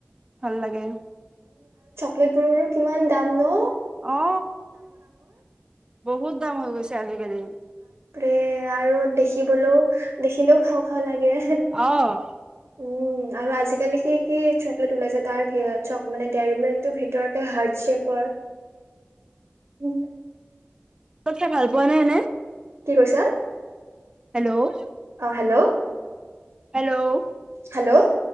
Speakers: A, on the right; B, on the right.
A: ভাল লাগে
B: প্লেটবোৰৰো কিমান দাম নো
A: অ বহুত দাম হৈ গৈছে আজি <unintelligible>
B: পে আৰু দেখিবলৈও দেখিলেও খাওঁ খাওঁ লাগে
A: অ',
B: উম, আৰু আজিকালি সি কি চকলেট ওলাইছে তাৰ চক মানে ডেৰিমিল্ক টো ভিতৰতে হাৰ্ড চেপৰ উম
A: তত খাই ভাল পোৱা নাইনে
B: কি কৈছা
A: হেল্ল',
B: অ হেল্ল'
A: হেল্ল'
B: হেল্ল'